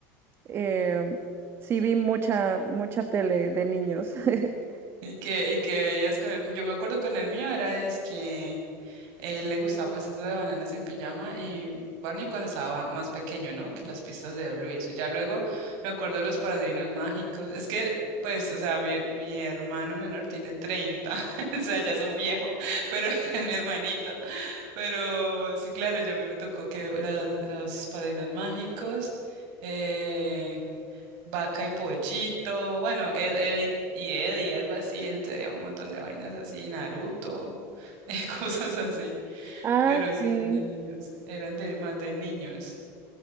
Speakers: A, on the right; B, on the right.
A: Eh, sí vi mucha, mucha tele de niños. <laughs>
B: Y que, y que veías con el, yo me acuerdo con el mío era es que Él le gustaba pues eso de bananas en pijama y Barney cuando estaba más pequeño, ¿no? Que las pistas de Blue y eso. Ya luego me acuerdo de los padrinos mágicos. Es que, pues, o sea, mi, mi hermano menor tiene 30, <laughs> o sea, ya es un viejo, pero <laughs> es mi hermanito. Pero sí, claro, ya a mí me tocó que la- los padrinos mágicos, eh, Vaca y Pollito, bueno, Ed, Ed y y Eddie, algo así, él tenía un montón de vainas así, Naruto, <laughs> cosas así
A: Ah,
B: pero
A: sí.
B: sí eran de niños, eran de más de niños,